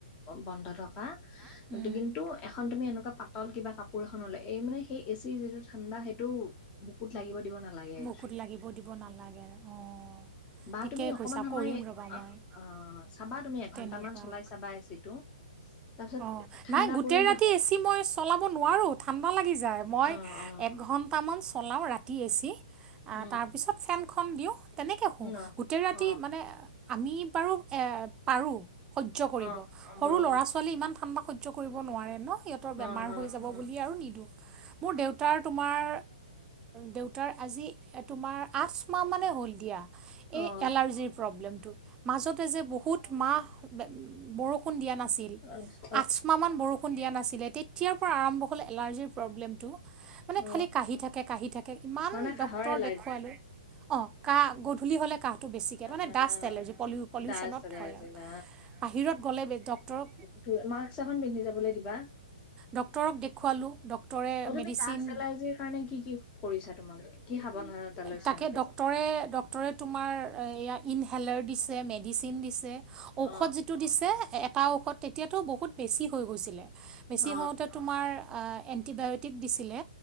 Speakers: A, on the left (about 25°); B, on the right (about 20°).
A: বন্ধ থকা
B: নোৰে
A: কিন্তু এখন তুমি এনেকুৱা পাতল কিবা কাপোৰ এখন ল'লে এই মানে সেই এ চিৰ যিটো ঠাণ্ডা সেইটো বুকুত লাগিব দিব নালাগে।
B: বুকুত
A: একচুৱেলি
B: লাগিব দিব নালাগে অঁ'।
A: আহ'
B: ঠিকেই
A: তুমি অকমান
B: কৈছা
A: সময়
B: কৰিম ৰ'বা
A: অঁ'
B: মই
A: অঁ' চাবা তুমি এঘন্টা
B: তেনেকুৱা
A: মান চলাই চাবা এচিটো। তাৰপিছত
B: অঁ'
A: ঠাণ্ডা
B: নাই গোটেই
A: পৰি
B: ৰাতি
A: যে
B: এচি মই চলাব নোৱাৰো ঠাণ্ডা লাগি যায়। মই
A: অ অ
B: একঘণ্টামান চলাওঁ ৰাতি এচি। আ
A: উম
B: তাৰপিছত ফেনখন দিওঁ তেনেকৈ শোওঁ
A: ন
B: গোটেই ৰাতি
A: অ
B: মানে। আমি বাৰো পাৰো এ সহ্য কৰিব
A: অ অ
B: সৰু
A: ব-
B: ল'ৰা -ছোৱালী। ছোৱালী ইমান ঠাণ্ডা সহ্য কৰিব নোৱাৰে ন সিহঁতৰ
A: অ
B: বেমাৰ
A: অ
B: হৈ যাব
A: অ
B: বুলি আৰু নিদিও মোৰ দেউ। তাৰ তোমাৰ দেউতাৰ আজি তোমাৰ আচ মাহ মানে হ'ল দিয়া।
A: অ অ
B: এই এলাৰ্জিৰ প্ৰব্লেমটো মাজতে যে বহুত মাহ। বে বৰষুণ দিয়া নাছিল।
A: আনিছ।
B: আচমাহ মান বৰষুণ দিয়া নাছিলে তেতিয়াৰ পৰা আৰম্ভ হ'ল এলাৰ্জিৰ প্ৰব্লেমটো। মানে
A: অ
B: খালি কাহি থাকে কাহি থাকে ইমান
A: মানে কাহৰ
B: ডক্তৰ
A: এলাৰ্জি
B: দেখুৱালো। অঁ কাহ গধূলি হ'লে কাহ। টো বেছিকে
A: আহ
B: মানে ডাষ্ট এলাৰ্জি পলি পলিউশনত
A: ডাষ্ট এলাৰ্জি
B: থয় আৰু
A: না
B: বাহিৰত গ'লে ডক্তৰক।
A: ত মাস্ক এখন পিন্ধি যাবলৈ দিবা।
B: ডক্টৰক দেখুৱালোঁ ডক্টৰে
A: অ তুমি
B: মেডিচিন।
A: ডাষ্ট এলাৰ্জিৰ কাৰণে কি কি কৰিছাঁ তোমালোকে। কি সাৱধানতা লৈছা
B: তাকে
A: মানে
B: ডক্টৰে ড। ডক্টৰে তোমাৰ এয়া ইনহেলাৰ দিছে, মেডিচিন দিছে
A: অ
B: ঔষধ যি। টো দিছে এটা ঔষধ তেতিয়াটো বহুত বেছি হৈ গৈছিলে বেছি
A: অ
B: হওতে। তোমাৰ আ এণ্টিবায়টিক দিছিলে